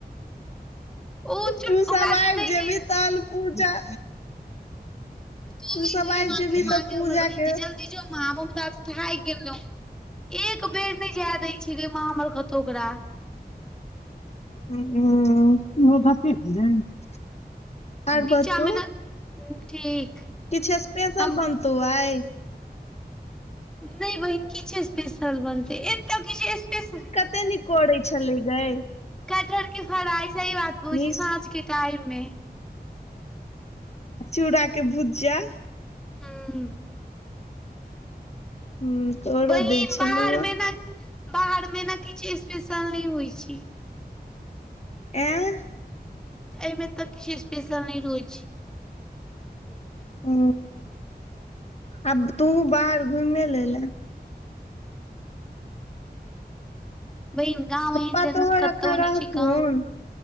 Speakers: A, in the centre; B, on the left (about 40°).
A: ओ छोट
B: तू सब
A: ओकरा
B: आबि
A: जे नहि
B: जेबी
A: जे
B: तल पूजा
A: <unintelligible>
B: तू सब आबि जेबही तऽ पूजा
A: हमर बहिन
B: के
A: छै जल्दी जो मां थक गेलहु एक बेर नहि जाय दय छै गे मां हमर कतहु ओकरा।
B: <unintelligible> आर
A: नीचामे
B: बतो
A: ने ठीक
B: किछु स्पेशल
A: हम
B: बनतौ आय?
A: नहि बहिन कीछ स्पेशल बनतै एतऽ की छै स्पेशल
B: तनी करे छलै गे।
A: कटहर के फ्राइ सही बात कहै
B: निस
A: छै साँझ के टाइम मे।
B: चूड़ा के भुजा।
A: हू
B: ह तोरो
A: बहिन
B: दै छलौ
A: बाहरमे
B: हे
A: ने बाहरमे ने किछु स्पेशल नहि होइ छै।
B: <unintelligible>
A: एहिमे तऽ किछु स्पेशल नहि रहै छै।
B: ओ आब तु बाहर घुमें ले ल।
A: बहिन गाँंव
B: पप्पा
A: एहन जनत
B: तोहर
A: कतहु
B: एखन रहथुन
A: न छै गाँंव